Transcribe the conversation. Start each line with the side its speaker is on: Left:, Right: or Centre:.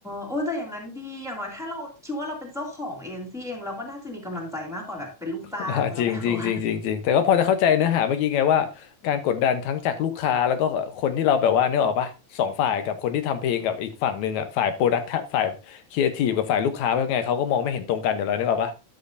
Centre: โอ้ยแต่อย่างนั้นดีอย่างน้อยถ้าเราคิดว่าเราเป็นเจ้าของเอเจนซี่เองเราก็น่าจะมีกำลังใจมากกว่าแบบเป็นลูกจ้างแล้วแบบว่า
Left: <laughs> อ่าจริงจริงจริงจริงจริงแต่ก็พอจะเข้าใจเนื้อหาเมื่อกี้ไงว่าการกดดันทั้งจากลูกค้าแล้วก็คนที่เราแบบว่านึกออกปะสองฝ่ายกับคนที่ทำเพลงกับอีกฝั่งหนึ่งอ่ะฝ่ายโปรดักต์ฝ่ายครีเอทีฟกับฝ่ายลูกค้าเป็นไงเขาก็มองไม่เห็นตรงกันอยู่แล้วนึกออกปะ